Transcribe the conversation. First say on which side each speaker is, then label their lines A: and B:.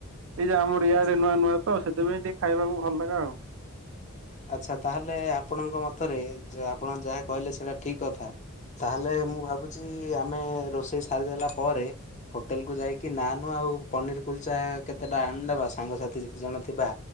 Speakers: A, on the right; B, on the left.
A: ଏଇ ଯେ ଆମର ଇଆଡେ
B: ଆଚ୍ଛା
A: ନୂଆ ନୂଆଁ ତ ସେଥିପାଇଁ ଟିକେ ଖାଇବାକୁ ଭଲ ଲଗେ ଆଉ।
B: ଆଚ୍ଛା ତାହେଲେ ଆପଣଙ୍କ ମତରେ ଯେ ଆପଣ ଯାହା କହିଲେ ସେଇଡା ଠିକ୍ କଥା। ତାହେଲେ ମୁଁ ଭାବୁଚି ଆମେ ରୋଷେଇ ସାରିଦେଲା ପରେ ହୋଟେଲ୍ କୁ ଯାଇକି ନା ନୁ ଆଉ ପନିର କୁଲଚା କେତେଟା ଆଣିଦବା ସାଙ୍ଗସାଥି ଯେତେଜଣ ଥିବା।